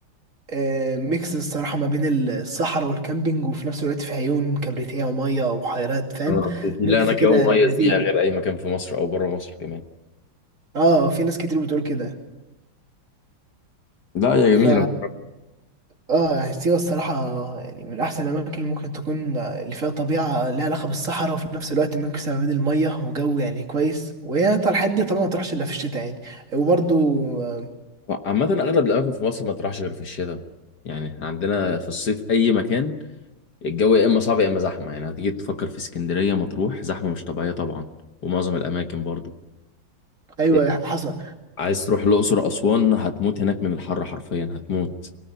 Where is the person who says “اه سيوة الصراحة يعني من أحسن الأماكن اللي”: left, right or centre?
Right